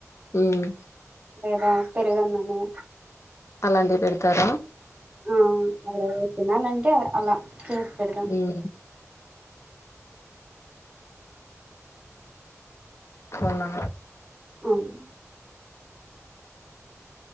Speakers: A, on the left; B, on the right.
A: ఊమ్
B: లేదా పెరుగన్నము
A: అలాంటివి పెడతార
B: ఆ వాడు తినాలంటె అల చేసి పెడతం
A: ఉమ్ హలో
B: అవును.